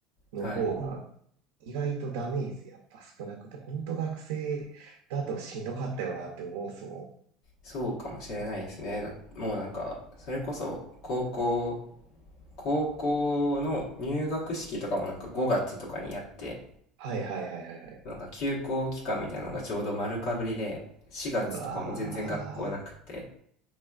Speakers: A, on the right; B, on the left.
A: の方が
B: はい。
A: 意外とダメージやっぱ少なくて、本当学生だとしんどかったよなって思うっすもん。
B: そうかもしれないですね。だもうなんか、それこそ高校、高校の入学式とかもなんか5月とかにやって、
A: はいはいはいはいはい。
B: なんか休校期間みたいなのがちょうど丸かぶりで、4月とかも全然学校なくて、
A: うわ